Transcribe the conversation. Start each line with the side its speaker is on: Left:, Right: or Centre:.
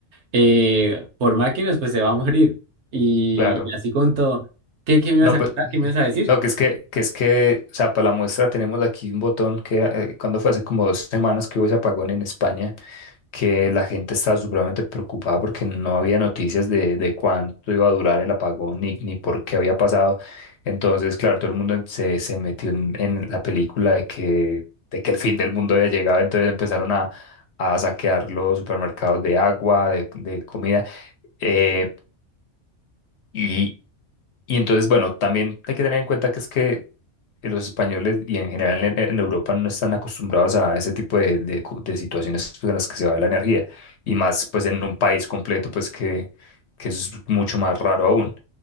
Right: eh, por máquinas, pues se va a morir. Y,
Left: claro.
Right: y así con todo. ¿Qué, qué me ibas
Left: No,
Right: a
Left: pues,
Right: contar? ¿Qué me ibas a decir?
Left: no, que es que, que es que, o sea, para la muestra tenemos aquí un botón que eh, cuando fue hace como dos semanas que hubo ese apagón en España, que la gente estaba supremamente preocupada porque no había noticias de, de cuánto iba a durar el apagón ni, ni por qué había pasado. Entonces, claro, todo el mundo em- se, se metió en, en la película de que, de que el fin del mundo había llegado, entonces empezaron a, a saquear los supermercados de agua, de, de comida. eh, y, y entonces, bueno, también hay que tener en cuenta que es que que los españoles y en general en, en Europa no están acostumbrados a ese tipo de, de cu- de situaciones pues, en las que se va la energía y más pues en un país completo pues que, que eso es mucho más raro aún.